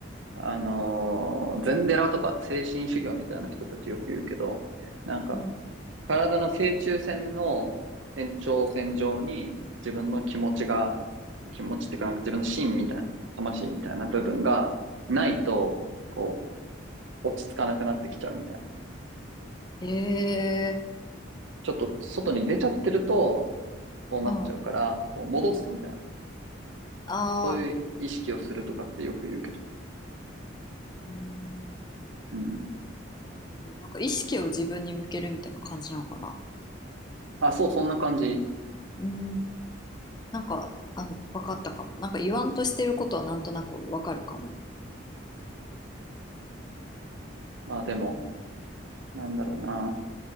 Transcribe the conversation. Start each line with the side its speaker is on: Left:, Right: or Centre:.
Right: あのー禅寺とか精神修行みたいな人たちよく言うけど、なんか、
Left: うん、
Right: 体の正中線の延長線上に自分の気持ちが、気持ちっていうかなんか自分の心みたいな、魂みたいな部分がないと、こう、落ち着かなくなってきちゃうみたいな。
Left: ええ
Right: ちょっと外に出ちゃってると、そうなっちゃうから、
Left: うん。あ
Right: こう戻すみたいな。
Left: あ、
Right: そういう意識をするとかってよく言うけどね。
Left: うん。
Right: うん。
Left: なるほど。なんか意識を自分に向けるみたいな感じなのかな。
Right: あ、そう、そんな感じ。
Left: うん、なんか、あの、わかったかも。なんか言わんとしてることはなんとなくわかるかも。
Right: まあでも、なんだろうな。